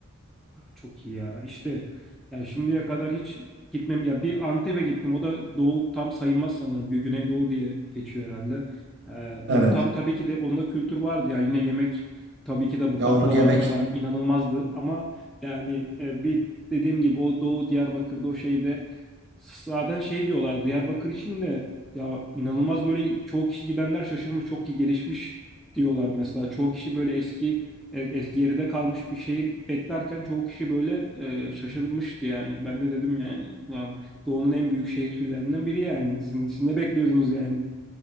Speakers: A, in the centre; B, on the right.
A: Çok iyi ya. İşte ya şimdiye kadar hiç gitmem ya bir Antep'e gittim. O da doğu tam sayılmaz sanırım. Gü- Güneydoğu diye geçiyor herhalde. Ee, o
B: Evet.
A: tam tabii ki de onda kültür vardı ya. Yine yemek tabii ki de bu
B: Ya
A: baklava
B: onun Hmm. yemek
A: falan inanılmazdı ama yani e, bir dediğim gibi o Doğu Diyarbakır'da o şeyde zaten şey diyorlar Diyarbakır için de ya inanılmaz böyle çoğu kişi gidenler şaşırmış çok ki gelişmiş diyorlar mesela. Çoğu kişi böyle eski Evet, es- geride kalmış bir şehir beklerken çoğu kişi böyle e, şaşırmıştı yani. Ben de dedim yani, "Lan Doğu'nun en büyük şehirlerinden biri yani. Siz, siz ne bekliyordunuz yani?